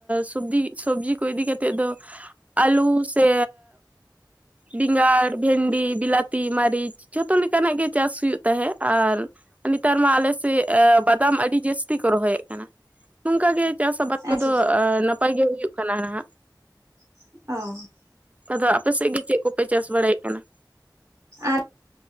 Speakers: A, on the right; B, on the right.
A: ᱥᱚᱵᱡᱤ ᱥᱚᱵᱡᱤ ᱠᱚ ᱤᱫᱤ ᱠᱟᱛᱮᱫ ᱥᱮᱫ ᱫᱚ ᱟᱞᱩ ᱥᱮᱼᱼ ᱵᱮᱸᱜᱟᱲ ᱵᱷᱮᱱᱰᱤ ᱵᱤᱞᱟᱛᱤ ᱢᱟᱹᱨᱤᱪ ᱡᱷᱚᱛᱚ ᱞᱮᱠᱟᱱᱟᱜ ᱜᱮ ᱪᱟᱥᱦᱳᱭᱳᱜ ᱛᱟᱦᱮᱸᱜ ᱟᱨ ᱱᱮᱛᱟᱨ ᱢᱟ ᱟᱞᱮ ᱥᱮᱫ ᱵᱟᱫᱟᱢ ᱟᱹᱰᱤ ᱡᱟᱹᱥᱛᱤ ᱠᱚ ᱨᱚᱦᱚᱭᱮᱫ ᱠᱟᱱᱟ ᱱᱚᱝᱠᱟᱜᱮ ᱪᱟᱥ ᱟᱵᱟᱫ ᱠᱚᱫᱚ
B: ᱟᱪᱪᱷᱟ
A: ᱱᱟᱯᱟᱭ ᱜᱮ ᱦᱩᱭᱩᱜ ᱠᱟᱱᱟ ᱱᱟᱜ
B: ᱚᱸᱻ ᱾
A: ᱟᱫᱚ ᱟᱯᱮ ᱥᱮᱫ ᱜᱮ ᱪᱮᱫ ᱠᱚᱯᱮ ᱪᱟᱥ ᱵᱟᱲᱟᱭᱮᱫ ᱠᱟᱱᱟ ᱾
B: ᱟᱨ